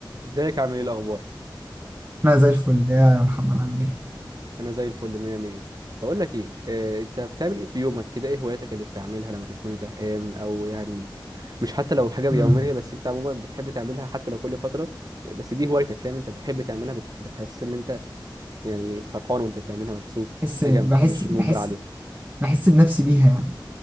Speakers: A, on the right; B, on the right.
A: ازيك عامل ايه الاخبار
B: انا زي الفل يا محمد عامل ايه
A: انا زي الفل مية مية بقول لك ايه آه، انت بتعمل ايه في يومك كده ايه هواياتك اللي بتعملها لما بتكون زهقان او يعني مش حتى لو حاجه
B: امم
A: يوميه بس انت عموما بتحب تعملها حتى لو كل فتره بس دي هوايتك فاهم انت بتحب تعملها بتح- بتحس ان انت يعني فرحان وانت بتعملها مبسوط
B: بحس
A: حاجه
B: بحس
A: م- مش
B: بحس
A: مجبر عليها
B: بحس بنفسي بيها يعني